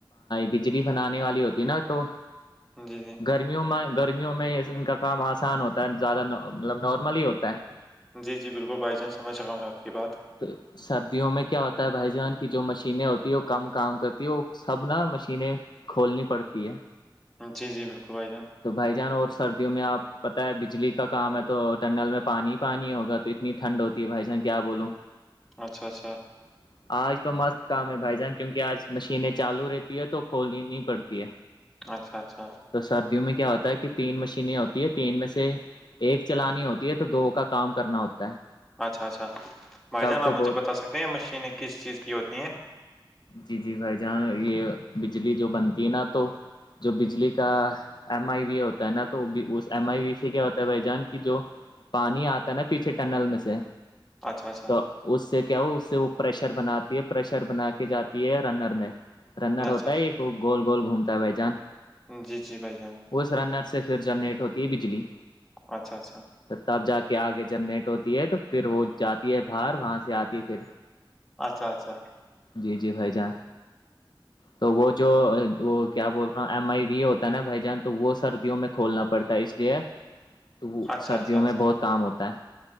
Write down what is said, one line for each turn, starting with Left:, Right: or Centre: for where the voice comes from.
Left: بجلی بنانے والی ہوتی ہے نا تو
Centre: جی جی
Left: گرمیوں میں گرمیوں میں ان کا کام آسان ہوتا ہے زیادہ مطلب نارمل ہی ہوتا ہے
Centre: جی جی بلکل بائی چان سمجھ رہا ہوں میں آپ کی بات
Left: <inaudible> سردیوں میں کیا ہوتا ہے بھائی جان کی جو مشینیں ہوتی ہیں وہ کم کام کرتی ہے وہ سب نا مشینیں کھولنی پڑھتی ہے
Centre: جی جی بلکل بھائی جان
Left: تو بھائی جان اور سردیوں میں آپ پتہ ہے بجلی کا کام ہے تو ٹنل میں پانی پانی ہوگا تو اتنی ٹھنڈ ہوتی ہے بھائی جان کیا بولوں
Centre: اچھا اچھا
Left: <inaudible> آج تو مست کام ہے بھائی جان کیونکہ آج مشینیں چالو رہتی ہے تو کھولنی نہیں پڑتی ہے
Centre: اچھا اچھا
Left: تو سردیوں میں کیا ہوتا ہے کہ تین مشینیں ہوتی ہے تین میں سے ایک چلانی ہوتی ہے تو دو کا کام کرنا ہوتا ہے
Centre: اچھا اچھا بھائی
Left: تب
Centre: جان
Left: تو
Centre: آپ
Left: بہت
Centre: مجھے بتا سکتے ہیں یہ مشینیں کس چیز کی ہوتی ہیں
Left: جی جی بھائی جان یہ بجلی جو بنتی ہے نا تو جو بجلی کا ایم آئی وی ہوتا ہے نا تو اس ایم آئی وی سے کیا ہوتا ہے بھائی جان کی جو پانی آتا نا پیچھے ٹنل میں سے
Centre: اچھا اچھا
Left: تو اس سے کیا ہو اس سے وہ پریشر بناتی ہے پریشر بنا کے جاتی ہے رنر میں رنر
Centre: اچھا
Left: ہوتا ہے ایک گول گول گھومتا ہے بھ جان
Centre: جی جی بھائی جان
Left: اس رنر سے پھر جنریٹ ہوتی ہے بجلی
Centre: اچھا اچھا
Left: تو تب جا کے آگے جنریٹ ہوتی ہے تو پھر وہ جاتی ہے باہر وہاں سے آتی پھر
Centre: اچھا اچھا
Left: جی جی بھائی جان تو وہ جو وہ کیا بول رہا ہوں ایم آئی و ہوتا ہے نا بھائی جان تو وہ سردیوں میں کھولنا پڑتا ہے اس لیے تو وہ
Centre: اچھا
Left: سردیوں
Centre: اچھا اچھا
Left: میں بہت کام ہوتا ہے